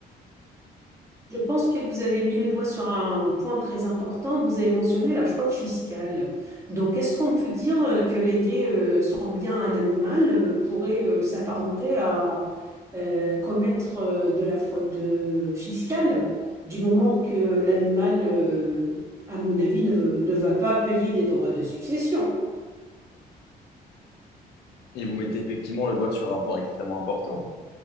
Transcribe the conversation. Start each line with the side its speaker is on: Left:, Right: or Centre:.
Right: Je pense que vous avez mis le doigt sur un point très important. Vous avez mentionné la fraude fiscale. Donc, est-ce qu'on peut dire euh, que léguer euh, son bien à un animal euh, pourrait euh, s'apparenter à euh, commettre euh, de la fraude euh, fiscale, du moment que l'animal, euh, à mon avis, ne, veut- ne va pas payer des droits de succession?
Left: Et vous mettez effectivement le doigt sur un point extrêmement important,